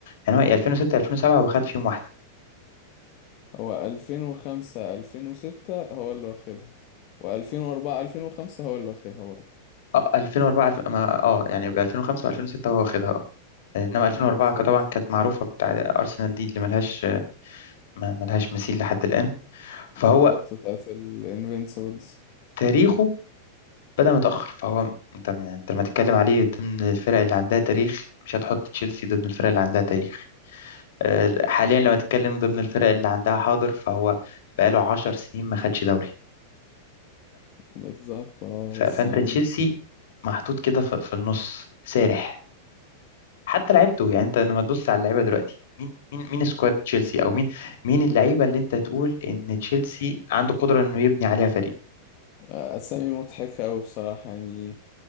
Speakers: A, on the left; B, on the left.
A: يعني هو إيه، 2006 2007 هو خد فيهم واحدة
B: هو 2005 2006 هو اللي واخدها و2004 2005 هو اللي واخدها برضه
A: اه 2004 الف... ما- اه يعني ب 2005 و2006 هو واخدها اه انما 2004
B: بالظبط
A: ك- طبعا كانت معروفة بتاع ارسنال دي اللي ملهاش ما- ملهاش مثيل لحد الآن فهو
B: بالظبط بتاعت الانفينسيبلز
A: تاريخه بدأ متأخر فهو انت يعني انت لما تتكلم عليه ضمن الفرق اللي عندها تاريخ مش هتحط تشيلسي ضمن الفرق اللي عندها تاريخ آه، حاليا لما تتكلم ضمن الفرق اللي عندها حاضر فهو بقاله عشر سنين ما خدش دوري
B: بالظبط اه
A: ف-
B: بس
A: فانت
B: يعني
A: تشيلسي محطوط كده في في النص سارح حتى لعيبته يعني انت لما تبص على اللعيبه دلوقتي مين مين مين سكواد تشيلسي او مين مين اللعيبه اللي انت تقول ان تشيلسي عنده قدره انه يبني عليها فريق
B: آه، اسامي مضحكة أوي بصراحة يعني